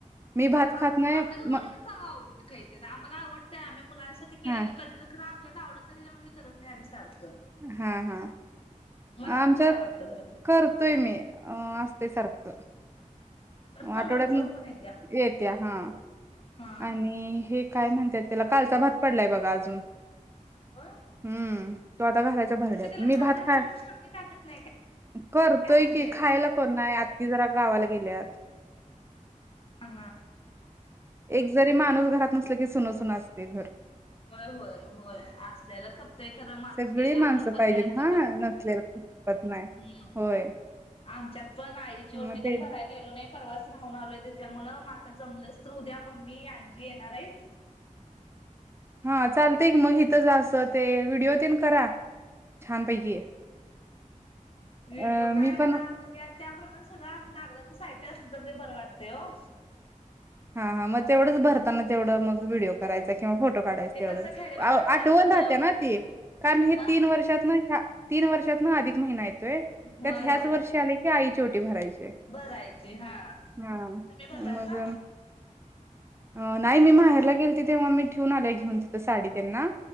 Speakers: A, on the right; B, on the left.
A: मी भात
B: हो आमच्या
A: खात नाही
B: तर
A: म
B: वरणच आवडीन खायच आम्हाला आवडतंय आम्ही मुलांसाठी केलं
A: हां
B: की कधी तर खर आमच्या आवडत नाही त्याच्यामुळ आम्ही करत नाही आम्ही सारखं
A: हा हा
B: मला
A: आमच्यात
B: पण लय आवडतं वरण
A: करतोय मी अ असते सारखं
B: तर तोंडाला
A: आठवड्यात
B: चव पण येत्या
A: येत्या हा
B: हा
A: आणि हे काय म्हणतात त्याला कालचा भात पडलाय बघा अजून
B: होय
A: हम्म तो आता घालायचा भरड्यात
B: तुम्ही त्याला
A: मी
B: कांदा
A: भात
B: घालून
A: खा
B: फोडणी टाकत नाही
A: करतोय
B: काय म्हणजे
A: की खायला कोण नाही त जरा गावाला गेल्यात
B: ह हा
A: एक जरी माणूस घरात नसला की सुनसना असते घर
B: होय होय होय असल्याला खप ते खरं माणूस
A: सगळी
B: गेल्यावर
A: माणसं
B: खपत
A: पाहिजेत
B: नाही अजिबात
A: हां नसलेलं खपत नाही.
B: हम्म
A: होय
B: आमच्यात पण आईची
A: मग
B: ओटी त्यां
A: ते
B: भरायला गेलो नाही परवास राहून आलोय त्याच्यामुळ आता जमलंस तर उद्या मम्मी आजी येणार आहे
A: हा चालत मग इथं जा असं ते व्हिडिओ तेन करा छानपैकी
B: व्हिडिओ
A: अ
B: काय
A: मी
B: आता
A: पण
B: बघ्या त्याप्रमाणे सगळं लागला साहित्य असल तर ते बरं वाटते हो
A: हा हा मग तेवढंच भरताना तेवढं मग व्हिडिओ. करायचा किंवा फोटो
B: हा
A: काढायचा
B: ते
A: एवढं
B: कसं खेडेभाग असल्यामुळे
A: आठवून राहते
B: ते एवढं
A: ना तेी कारण हे
B: हा
A: तीन वर्षात नाही. ह्या तीन वर्षात ना अधिक महिना आहेत.
B: होय
A: त्यात ह्याच
B: होय
A: वर्षी आले की आ चोटी भरायची.
B: भरायची हा
A: हा
B: तुम्ही भरलासा
A: मग
B: का?
A: अ नाही मी माहेरला गेल तिथेव्हा मी ठेऊून आल्या घेऊन तिथं साडी त्यांना.